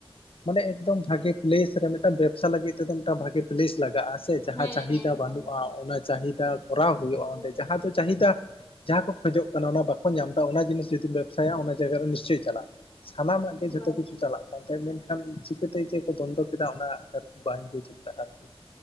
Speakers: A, on the left; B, on the left.
A: ᱢᱟᱱᱮ ᱮᱠᱫᱚᱢ ᱵᱷᱟᱜᱮ ᱯᱮᱞᱮᱥ ᱨᱮ ᱢᱤᱫᱴᱟᱝ ᱵᱮᱵᱥᱟ ᱞᱟᱹᱜᱤᱫ ᱛᱮᱫ ᱵᱷᱟᱜᱮ ᱯᱮᱞᱮᱥ ᱞᱟᱜᱟᱜ-ᱟ ᱾ ᱡᱟᱦᱟᱸ
B: ᱦᱮᱸ
A: ᱪᱟᱦᱤᱫᱟ
B: ᱦᱮᱸ ᱮᱠᱫᱚᱢ
A: ᱵᱟᱹᱱᱩᱜ-ᱟ
B: ᱦᱳᱭ
A: ᱚᱱᱟ ᱪᱟᱦᱤᱫᱟ ᱠᱚᱨᱟᱣ ᱦᱩᱭᱩᱜ-ᱟ
B: ᱦᱳᱭ
A: ᱚᱸᱰᱮ ᱾ ᱡᱟᱦᱟᱸ ᱫᱚ ᱪᱟᱦᱤᱫᱟ ᱡᱟᱦᱟᱸ ᱠᱚ ᱠᱷᱚᱡᱚᱜ ᱠᱟᱱᱟ ᱚᱱᱟ ᱵᱟᱠ ᱠᱚ ᱧᱟᱢ ᱫᱟ ᱚᱱᱟ ᱡᱤᱱᱤᱥ ᱡᱩᱫᱤᱢ ᱵᱮᱵᱽᱥᱟᱭᱟ ᱚᱱᱟ ᱡᱟᱭᱜᱟ ᱨᱮ ᱱᱤᱥᱪᱚᱭ ᱪᱟᱞᱟᱜ-ᱟ ᱥᱟᱱᱟᱢᱟᱜ-ᱟ ᱜᱮ
B: ᱦᱳᱭ᱾
A: ᱡᱚᱛᱚ ᱠᱤᱪᱩ ᱪᱟᱞᱟᱜ-ᱟ ᱾ ᱛᱚ ᱢᱮᱱᱠᱷᱟᱱ ᱪᱤᱠᱟᱹᱛᱮ ᱪᱮᱫ ᱠᱚ ᱵᱚᱱᱫᱚ ᱠᱮᱫᱟ ᱚᱱᱟ ᱵᱟᱹᱧ ᱵᱩᱡᱽ ᱞᱮᱫᱟ ᱟᱨᱠᱤ᱾